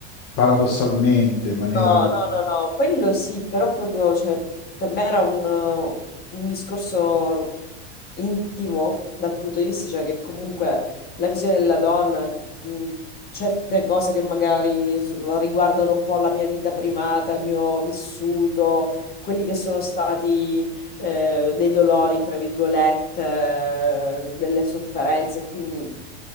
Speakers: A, on the left (about 50°); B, on the left (about 30°).
A: paradossalmente, in maniera...
B: No, no, no, no, quello sì, però proprio, cioè, per me era un, un discorso intimo dal punto di vista, cioè, che comunque la visione della donna, mh, certe cose che magari s- riguardano un po' la mia vita privata, il mio vissuto, quelli che sono stati eh, dei dolori, tra virgolette, eh, delle sofferenze, quindi...